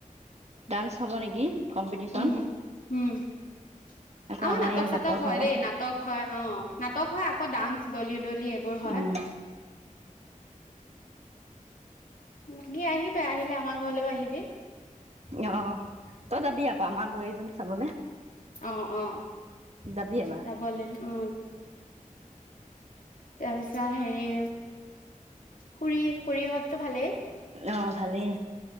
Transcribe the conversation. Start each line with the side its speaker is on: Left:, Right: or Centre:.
Right: ডান্স হ'ব নেকি কম্পিটিচন
Left: উম উম আমাৰ
Right: আকৌ আমাৰ
Left: নাটক
Right: ইয়াত
Left: চাটক হয়
Right: হ'ব
Left: দেই নাটক হয় অ নাটক হয় আ ডানস দলিত এইবোৰ হয়
Right: উম,
Left: তুমি আহিবা আহি আহিলে আমাৰ ঘৰলৈ আহিবি
Right: অ', তই যাবি আও আমাৰ বোৱাৰীজনী চাবলে
Left: অ অ
Right: যাবি এবাৰ
Left: যাবলে অ তই পিছে হেৰি খুৰী খুৰীহঁত তোৰ ভালেই
Right: অ ভালেই